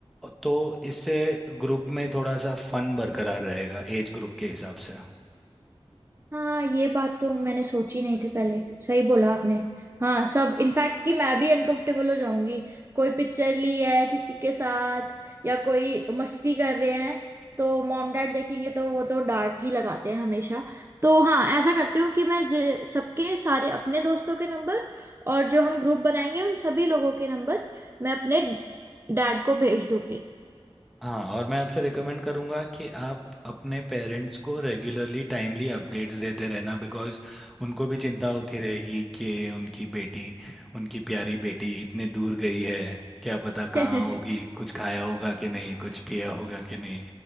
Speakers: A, in the centre; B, on the right.
A: तो इससे ग्रुप में थोड़ा सा फन बरकरार रहेगा एज ग्रुप के हिसाब से
B: हाँ ये बात तो मैंने सोची नहीं थी पहले सही बोला आपने हाँ सब इनफैक्ट कि मैं भी अनकंफर्टेबल हो जाऊंगी कोई पिक्चर ली है किसी के साथ या कोई मस्ती कर रहे हैं तो मॉम डैड देखेंगे तो वो तो डांट ही लगाते हैं हमेशा तो हाँ ऐसा करती हूँ कि मैं जे- सबके सारे अपने दोस्तों के नंबर और जो हम ग्रुप बनाएंगे उन सभी लोगों के नंबर मैं अपने डैड को भेज दूंगी
A: हाँ और मैं आपसे रिकमेंड करूँगा कि आप अपने पेरेंट्स को रेगुलरली टाइमली अपडेट्स देते रहना बिकॉज़ उनको भी चिंता होती रहेगी कि उनकी बेटी उनकी प्यारी बेटी इतने दूर गई है क्या पता कहाँ
B: <laughs>
A: होगी कुछ खाया होगा कि नहीं कुछ पिया होगा कि नहीं